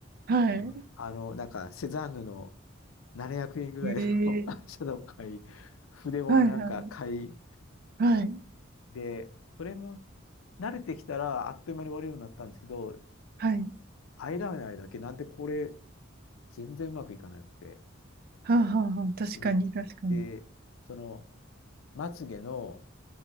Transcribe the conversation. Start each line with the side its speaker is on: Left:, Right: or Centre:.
Right: はい。
Left: うんあの、なんか、セザンヌの700円ぐらいの
Right: ええ
Left: <laughs> アイシャドウを買い、筆もなんか買い、
Right: はいはいはい
Left: で、それも慣れてきたらあっという間に終わるようになったんですけど、
Right: はい
Left: アイライナーだけなんでこれ全然うまくいかなくて。
Right: はあはあはあ確かに確かに。
Left: それって、その、まつげの